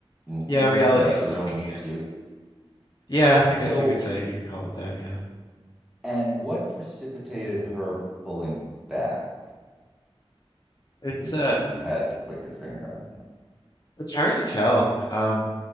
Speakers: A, in the centre; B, on the left.
A: hmm
B: yeah, reality's
A: Yeah, it's
B: sinking
A: a real meet
B: in.
A: cute.
B: Yeah, I guess
A: So,
B: you could say you could call it that. Yeah,
A: and what precipitated her pulling back,
B: it's
A: if
B: uh,
A: you had to put your finger on it?
B: it's hard to tell. Um,